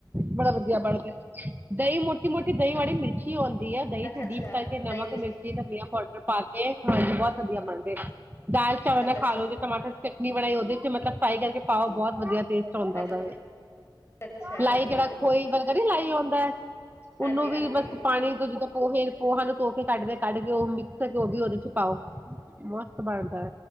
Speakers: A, on the right (about 20°); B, on the left (about 30°).
A: ਬੜਾ ਵਧੀਆ ਬਣਦੇ, ਦਈ ਮੋਟੀ-ਮੋਟੀ ਦਈ ਵਾਲੀ ਮਿਰਚੀ ਓੰਨ ਦੀ ਐ ਦਈ
B: ਅੱਛਾ
A: ਚ'
B: ਅੱਛਾ
A: ਡੀਪ ਕਰਕੇ
B: ਦਹੀਂ
A: ਨਮਕ,
B: ਮਿਰਚ
A: ਮਿਰਚੀ, ਤਨੀਆ ਮਟਰ ਪਾ ਕੇ ਬੋਤ ਵਧੀਆ ਬਣਦੇ, ਦਾਲ- ਚਾਵਲ
B: ਅੱਛਾ
A: ਨਾਲ
B: ਅੱਛਾ
A: ਖਾਲੋ। ਟਮਾਟਰ ਦੀ ਚਟਨੀ ਬਣਾਈ, ਓਦੇ ਚ' ਮਤਲਬ <unintelligible> ਫਰਾਈ ਕਰਕੇ ਪਾਓ, ਬੋਤ ਵਧੀਆ ਟੇਸਟ ਔਂਦਾ
B: ਅੱਛਾ
A: ਓਦਾ ਵੀ।
B: ਅੱਛਾ
A: ਲਾਈ
B: ਹਾਂਜੀ
A: ਜੇੜਾ <unintelligible> ਕੋਈ ਵਰਗਾ ਨ ਲਾਈ ਓੰਦੈ, ਓਨੂੰ
B: ਹਾਂਜੀ
A: ਵੀ
B: ਹਾਂਜੀ
A: ਬਸ ਪਾਣੀ ਜਦੋਂ ਪੋਹੇ, ਪੋਹਾਂ ਨੂੰ ਧੋ ਕੇ ਕੱਢਦੇ ਕੱਢ ਕੇ ਓ ਹੋਗੀ ਓਦੇ ਚ' ਪਾਓ, ਮਸਤ ਬਣਦੈ।